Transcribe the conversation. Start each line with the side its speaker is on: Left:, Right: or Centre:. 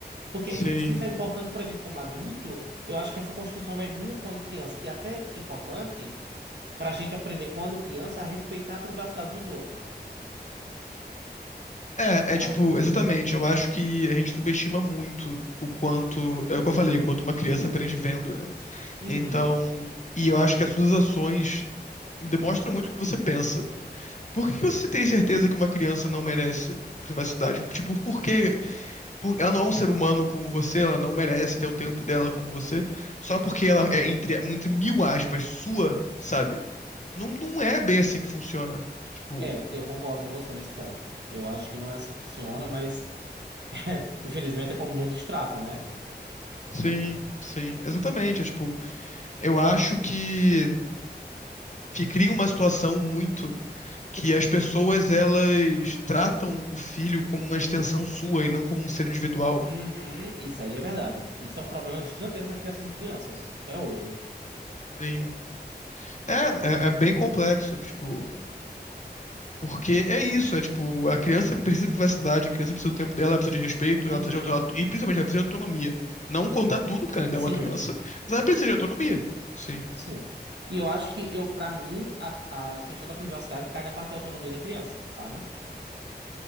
Right: Porque
Left: Sim,
Right: se isso é importante pra gente como adulto, eu acho que essa construção vai vindo quando criança. E até importante pra gente aprender quando criança a respeitar a privacidade dos outros,
Left: É,
Right: sabe?
Left: é tipo, exatamente. Eu acho que a gente subestima muito o quanto, é o que eu falei, o quanto uma criança aprende vendo, né?
Right: Uhum,
Left: Então, e eu acho que as suas ações demonstram muito o que você pensa. Por que que você tem certeza que uma criança não merece privacidade? Tipo, por quê? por- Ela não é um ser humano como você, ela não merece ter o tempo dela como você, só porque ela
Right: uhum.
Left: é entre, entre mil aspas sua, sabe? Não, não é bem assim que funciona. Tipo,
Right: É, eu concordo com você nesse ponto. Eu acho que não é assim que funciona, mas <laughs> infelizmente é como muitos tratam, né?
Left: sim, sim, exatamente. É, tipo, eu acho que, que cria uma situação muito que as pessoas elas tratam o filho como uma extensão sua e não como um ser individual.
Right: Uhum, isso aí é verdade. Isso é um problema gigantesco na criação de crianças, até hoje.
Left: Sim. É, é, é bem complexo, tipo. Porque é isso, é tipo, a criança precisa de privacidade, a criança precisa do tempo dela, ela precisa de respeito,
Right: Uhum,
Left: ela precisa de autonomia, e principalmente ela precisa de autonomia. Não contar tudo, porque ela ainda
Right: sim,
Left: é uma criança, mas ela precisa de autonomia. Sim.
Right: sim. E eu acho que eu, para mim, a, a questão da privacidade cai na parte da autonomia da criança, sabe?